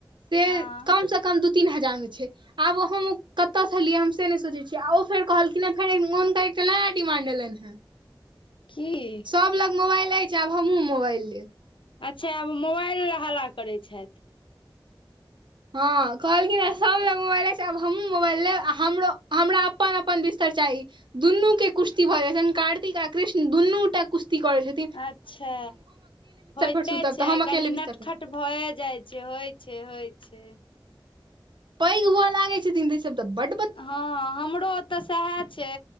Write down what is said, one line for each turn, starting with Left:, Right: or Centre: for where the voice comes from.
Right: से,
Left: हँ
Right: कमसँ कम दू, तीन हजार मे छै। आब हम ओ कतय सँ लियै, हम से नहि सोचैत छीय, आ ओ फेर कहलिनेँ फेर मोन मे एकटा नया डिमा्ड एलनि हेँ।
Left: की?
Right: सब लग मोबाइल अइछे, आब हमहुँ, मोबाइल लेब।
Left: अच्छा! आब मोबाइल लेल हला करैत छथि।
Right: हँ, कहलखिन सभ लग मोबाइल छै, आब हमहूँ मोबाइल लेब, हमरो हमरा अपन- अपन बिस्तर चाही। दुनू के कुस्ती भऽ जाइ छैन, कार्तिक आ कृष्ण दुनूटा कुस्ती कर छथि।
Left: अच्छा! होयइते
Right: पर सुतब
Left: छै,
Right: तऽ हम अकेले
Left: कनि नटखट
Right: बिस्तर पर सुतब
Left: भए जाय जे होइ छै, होइ छै।
Right: पैग हुए लागैत छथिन त, इ सभ तऽ बड
Left: हँ हमरो ओतऽ सएह छै।